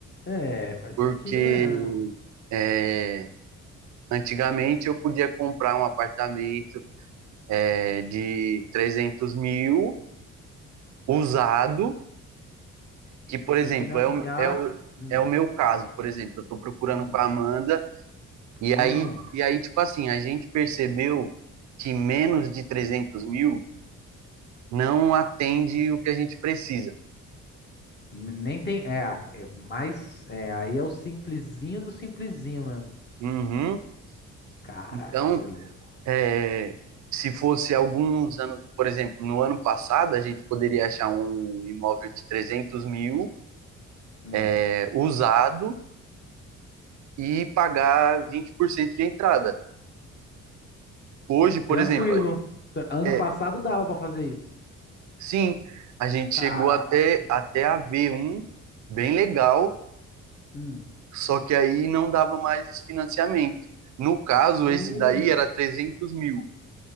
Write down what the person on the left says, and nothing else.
É, faz
sentido mesmo.
E,
e financiar.
Hum,
hum,
hum.
Nem tem. É, a- é mais. É, aí é o simplesinho do simplesinho mesmo.
Caraca,
você é louco.
Hum.
Tranquilo.
Tra- Ano
passado dava pra fazer isso.
Caraca.
Hum.
hum.
Putz.